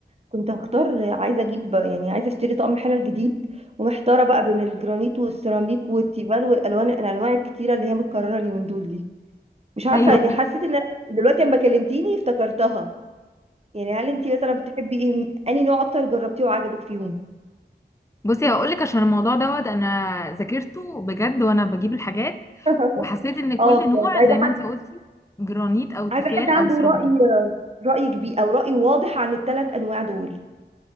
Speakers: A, on the right; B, on the left.
A: كنت هختار عايزه اجيب يعني عايزه اشتري طقم حلل جديد ومحتاره بقى بين الجرانيت والسيراميك والتيفال والالوان الانواع الكتيره اللي هي متكرره اليومين دول دي مش عارفة
B: ايوه
A: يعني حسيت ان أنا دلوقتي لما كلمتيني افتكرتها يعني هل انتي مثلا بتحبي ايه انهي نوع اكتر جربتيه وعجبك فيهم
B: بصي هقول لك عشان الموضوع دوت انا ذاكرته بجد وانا بجيب الحاجات
A: <laughs>
B: وحسيت ان كل
A: اه
B: نوع
A: بجد عايزة
B: زي ما
A: حد
B: انتي قلتي جرانيت او تيفال
A: عايزة حد عنده
B: او سيراميك
A: رأي رأي كبير او رأي واضح عن الثلاث انواع دول